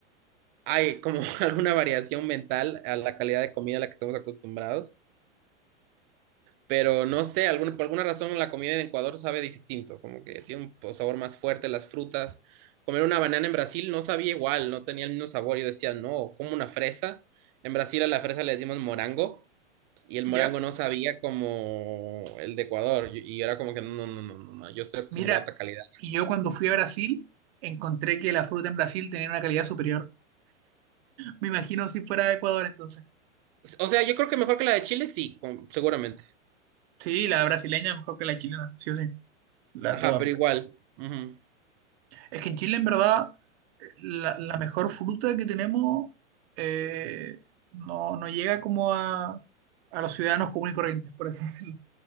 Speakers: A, on the right; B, on the right.
A: hay como <laughs> alguna variación mental a la calidad de comida a la que estamos acostumbrados, pero no sé, alguna, por alguna razón la comida en Ecuador sabe distinto, como que tiene un po- sabor más fuerte, las frutas, comer una banana en Brasil no sabía igual, no tenía el mismo sabor, yo decía, no, como una fresa, en Brasil a la fresa le decimos morango. Y el
B: ¿Ya?
A: morango no sabía como el de Ecuador. Y y era como que no, no, no, no, no. Yo estoy acostumbrado
B: Mira,
A: a otra calidad.
B: y yo cuando fui a Brasil encontré que la fruta en Brasil tenía una calidad superior. Me imagino si fuera de Ecuador entonces.
A: O sea, yo creo que mejor que la de Chile, sí, con- seguramente.
B: Sí, la brasileña mejor que la chilena, sí o sí. La
A: Ajá,
B: toda
A: pero igual. ujú.
B: Es que en Chile, en verdad, la, la mejor fruta que tenemos eh, no, no llega como a, a los ciudadanos comunes y corrientes, por así <laughs> decirlo.